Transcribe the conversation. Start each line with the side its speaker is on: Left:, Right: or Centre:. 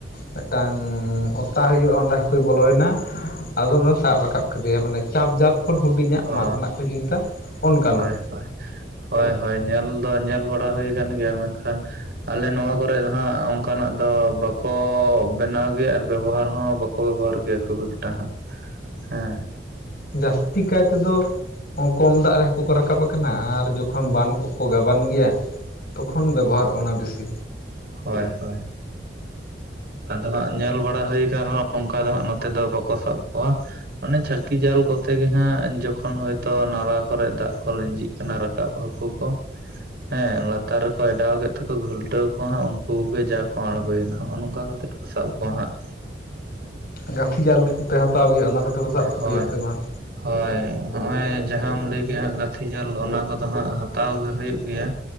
Left: ᱢᱤᱫᱴᱟᱝ ᱚᱛᱟ ᱦᱩᱭᱩᱜᱼᱟ ᱚᱸᱰᱮ ᱦᱟᱹᱠᱩ ᱵᱚᱞᱚᱭ-ᱮᱱᱟ᱾ ᱟᱫᱚᱢᱮ ᱥᱟᱵ ᱨᱟᱠᱟᱵ ᱠᱮᱫᱮᱭᱟ ᱢᱟᱱᱮ ᱪᱟᱯ ᱡᱟᱞ ᱠᱷᱚᱱ ᱦᱩᱰᱤᱧᱟᱜ
Right: ᱚ
Left: ᱢᱟᱫᱽ ᱨᱮᱱᱟᱜ ᱠᱚ ᱡᱩᱛᱟ ᱚᱱᱠᱟᱱᱟᱜ᱾
Right: ᱦᱳᱭ ᱦᱳᱭ ᱦᱳᱭ ᱦᱳᱭ ᱧᱮᱞ ᱫᱚ ᱧᱮᱞ ᱵᱟᱲᱟ ᱦᱩᱭ ᱟᱠᱟᱱ ᱜᱮᱭᱟ, ᱢᱮᱱᱠᱷᱟᱱ ᱟᱞᱮ ᱱᱚᱣᱟ ᱠᱚᱨᱮ ᱫᱚ ᱦᱟᱸᱜ ᱚᱱᱠᱟ ᱚᱱᱠᱟᱱᱟᱜ ᱫᱚ ᱵᱟᱠᱚ ᱵᱮᱱᱟᱣ ᱜᱮᱭᱟ ᱟᱨ ᱵᱮᱵᱚᱦᱟᱨ ᱦᱚᱸ ᱵᱟᱠᱚ ᱵᱮᱵᱚᱦᱟᱨ ᱜᱮᱭᱟ ᱠᱷᱩᱵ ᱮᱠᱴᱟ ᱦᱟᱸᱜ᱾ ᱦᱮᱸ
Left: ᱡᱟᱹᱥᱛᱤ ᱠᱟᱭ ᱛᱮᱫᱚ ᱠᱚᱢ ᱫᱟᱜ ᱨᱮ ᱦᱟᱹᱠᱩ ᱠᱚ ᱨᱟᱠᱟᱵ ᱟᱠᱟᱱᱟ ᱟᱨ ᱡᱚᱠᱷᱚᱱ ᱵᱟᱱ ᱠᱚ ᱠᱚ ᱜᱟᱵᱟᱱ ᱜᱮᱭᱟ ᱛᱚᱠᱷᱚᱱ ᱵᱮᱵᱚᱦᱟᱨᱚᱜᱼᱟ ᱚᱱᱟ ᱵᱮᱥᱤ
Right: ᱦᱳᱭ ᱦᱳᱭ ᱟᱫᱚ ᱦᱟᱸᱜ ᱧᱮᱞ ᱵᱟᱲᱟ ᱦᱩᱭ ᱟᱠᱟᱱ ᱨᱮᱦᱚᱸ ᱚᱱᱠᱟ ᱫᱚ ᱦᱟᱸᱜ ᱱᱚᱛᱮ ᱫᱚ ᱵᱟᱠᱚ ᱥᱟᱵ ᱠᱚᱣᱟ ᱚᱱᱮ ᱪᱷᱟᱹᱠᱤ ᱡᱟᱞ ᱠᱚ ᱛᱮ ᱜᱮ ᱦᱟᱸᱜ ᱡᱚᱠᱷᱚᱱ ᱦᱳᱭᱚᱛ ᱱᱟᱞᱟ ᱠᱚᱨᱮ ᱫᱟᱜ ᱠᱚ ᱞᱤᱸᱡᱤᱜ ᱠᱟᱱᱟ ᱨᱟᱠᱟᱵ ᱦᱟᱹᱠᱩ ᱠᱚ ᱦᱮᱸ ᱞᱟᱛᱟᱨ ᱨᱮᱠᱚ ᱮᱰᱟᱣ ᱠᱮᱫ ᱛᱮ ᱠᱚ ᱜᱷᱩᱞᱴᱟᱹᱣ ᱠᱚᱣᱟ ᱦᱟᱸᱜ ᱩᱱᱠᱩ ᱜᱮ ᱡᱟ ᱠᱚ ᱟᱬᱜᱚᱭᱮᱱᱟ ᱦᱚᱜᱼᱚ ᱱᱚᱝᱠᱟ ᱠᱟᱛᱮᱫ ᱠᱚ ᱥᱟᱵ ᱠᱚᱣᱟ ᱦᱟᱸᱜ
Left: ᱜᱟᱹᱛᱷᱤ ᱡᱟᱞ ᱠᱚ ᱯᱮ ᱦᱟᱛᱟᱣ ᱜᱮ ᱚᱱᱟ ᱯᱮ
Right: ᱦᱳᱭ
Left: ᱥᱟᱵ ᱠᱚᱜᱮᱭᱟ ᱥᱮ ᱵᱟᱝ
Right: ᱦᱳᱭ ᱦᱚᱸᱜᱼᱚᱭ ᱡᱟᱦᱟᱸᱢ ᱞᱟᱹᱭ ᱠᱮᱫ-ᱟ ᱦᱟᱸᱜ ᱜᱟᱹᱛᱷᱤ ᱡᱟᱞ ᱚᱱᱟ ᱠᱚᱫᱚ ᱦᱟᱸᱜ ᱦᱟᱛᱟᱣ ᱜᱮ ᱦᱩᱭᱩᱜ ᱜᱮᱭᱟ